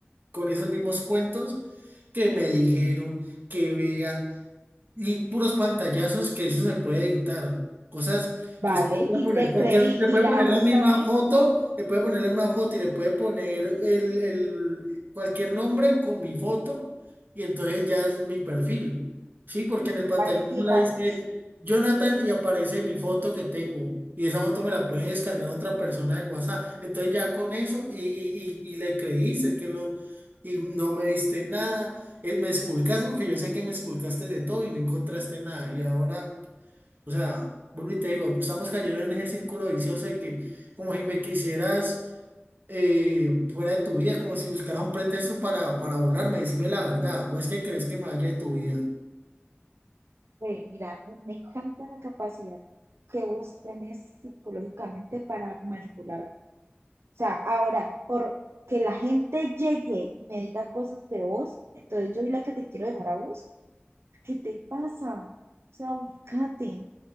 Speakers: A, on the right; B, on the right.
A: con esos mismos cuentos que me dijeron que vea y puros pantallazos que eso se puede editar. Cosas
B: vale,
A: que usted le puede
B: y
A: poner,
B: te
A: cualquier-
B: creí,
A: le
B: y
A: puede
B: la
A: poner
B: voz
A: la misma
B: también,
A: foto, le puede poner la misma foto y le puede poner el, el- cualquier nombre con mi foto y entonces ya es mi perfil. Sí, porque en el pantallazo
B: vale, y
A: no la
B: la
A: dice
B: voz,
A: Jonathan y aparece mi foto que tengo. Y esa foto me la puede descargar otra persona del WhatsApp. Entonces ya con eso y, y, y, y le creíste que lo... Y no me diste nada eh, me esculcaste porque yo sé que me esculcaste de todo y no encontraste nada. Y ahora, o sea, vuelvo y te digo, estamos cayendo en ese círculo vicioso de que como si me quisieras eh, fuera de tu vida, como si buscaras un pretexto para, para volarme, decime la verdad. ¿O es que crees que me vaya de tu vida?
B: eh, mira, me encanta la capacidad que vos tenés psicológicamente para manipular sea, ahora, por que la gente llegue y me diga cosas de vos, entonces yo soy la que te quiero dejar a vos, ¿Qué te pasa? O sea, ubícate,